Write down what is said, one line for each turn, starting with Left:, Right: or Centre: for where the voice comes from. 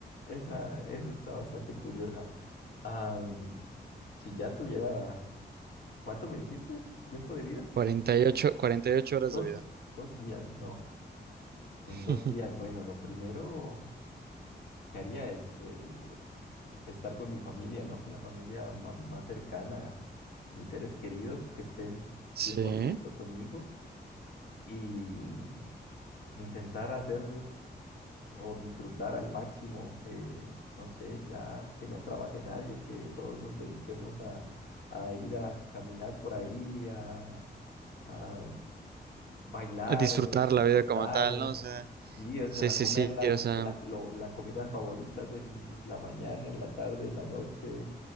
Left: Esa, eso está bastante curiosa. Am, si ya tuviera, ¿cuánto me dijiste? ¿Tiempo de vida?
Right: 48, 48 horas
Left: Dos,
Right: de vida.
Left: dos días, no. En
Right: <laughs>
Left: dos días, bueno, lo primero que haría es eh, estar con mi familia, ¿no? Con la familia ma- más cercana, mis seres queridos que estén
Right: Sí.
Left: cien por ciento conmigo y intentar hacer o disfrutar al máximo, eh, no sé, ya que no trabaje nadie, que todos nos dediquemos a, a ir a caminar por ahí, a, a bailar,
Right: A disfrutar
Left: disfrutar,
Right: la vida como tal, ¿no? O sea,
Left: sí, o
Right: sí,
Left: sea,
Right: sí,
Left: comer
Right: sí.
Left: las,
Right: O sea,
Left: la, lo- la comidas favoritas en la mañana, en la tarde, en la noche,